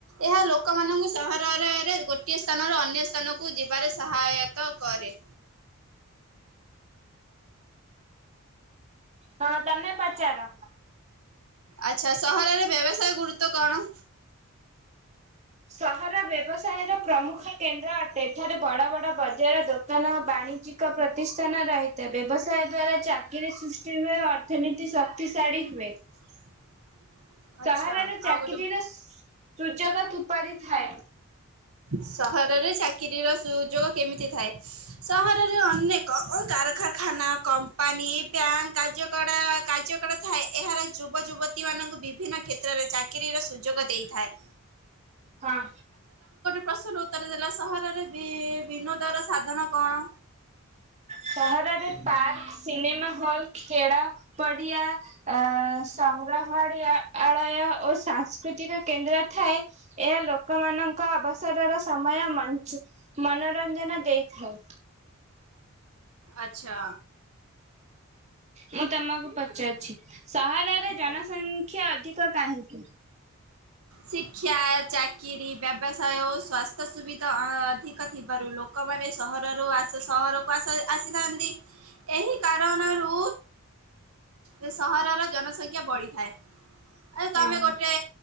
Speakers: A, on the right (about 75°); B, on the right (about 30°).
A: ଏହା ଲୋକମାନଙ୍କୁ ସହରରେରେ ଗୋଟିଏ ସ୍ଥାନରୁ ଅନ୍ୟ ସ୍ଥାନକୁ କୁ ଯିବାରେ ସହାୟତା କରେ।
B: ହଁ, ତମେ ପଚାର?
A: ଆଚ୍ଛା, ସହରରେ ବ୍ୟବସାୟ ଗୁରୁତ୍ୱ କଣ?
B: ସହର ବ୍ୟବସାୟର ପ୍ରମୁଖ କେନ୍ଦ୍ର ଅଟେ ଏଠାରେ ବଡ ବଡ ବଜାର ଦୋକ୍ ଦୋକାନ ବାଣିଜ୍ୟିକ ପ୍ରତିଷ୍ଠାନ ରହିଥାଏ, ବ୍ୟବସାୟ ଦ୍ଵାରା ଚାକିରିୀ ସୃଷ୍ଟିହୁଏ ଓ ଅର୍ଥନୀତି ଶକ୍ତିଶାଳୀ ହୁଏ।
A: <inaudible> ଆଚ୍ଛା
B: ସହରରେ ଚାକିରୀର
A: ଆଉ ଗୋଟେ
B: ସୁଯୋଗ କିପରି ଥାଏ?
A: ସହରରେ ଚାକିରୀର ସୁଯୋଗ କେମିତି ଥାଏ? ସହରରେ ଅନେକ କା କଳ କାରଖାନା, କମ୍ପାନୀ, ବ୍ୟାଙ୍କ୍, କାର୍ଯ୍ୟକଳା, କାର୍ଯ୍ୟକଳା ଥାଏ, ଏହାର ଯୁବ ଯୁବତୀ ମାନଙ୍କୁ ବିଭିନ୍ନ କ୍ଷେତ୍ରରେ ଚାକିରିର ସୁଯୋଗ ଦେଇଥାଏ।
B: ହଁ।
A: ପ୍ରଶ୍ନ ଉତ୍ତର ଦେଲ ସହରରେ ବି ବିନୋଦର ସାଧନ କଣ?
B: ସହରରେ ପାର୍କ, ସିନେମାହଲ୍, ଖେଳ ପଡିଆ‌ ଆ-ଆ ସ ସଂଗ୍ରହାଳିଆ ଆଳୟ ଓ ସାଂସ୍କୃତିକ କେନ୍ଦ୍ର ଥାଏ ଏହା ଲୋକମାନଙ୍କ ଅବସରର ସମୟ ମଞ୍ଚ୍ ମନୋରଞ୍ଜନ ଦେଇଥାଏ।
A: ଆଚ୍ଛା
B: ମୁଁ ତମକୁ ପଚାରୁଛି? ସହରରେ
A: ଆଚ୍ଛା।
B: ଜନସଂଖ୍ୟା ଅଧିକ କାହିଁକି?
A: ଶିକ୍ଷା, ଚାକିରି, ବ୍ୟବସାୟ ଓ ସ୍ୱାସ୍ଥ୍ୟ ସୁବିଧା ଆ ଅଧିକ ଥିବାରୁ ଲୋକମାନେ ସହରରୁ ଆସୁ ସହରକୁ ଆସ ଆ ଆସିଥାନ୍ତି ଏହି କାରଣରୁ ଏ ସହରର ଜନସଂଖ୍ୟା ବଢିଥାଏ, ଆଉ ତମେ
B: ହଁ ହଁ
A: ଗୋଟେ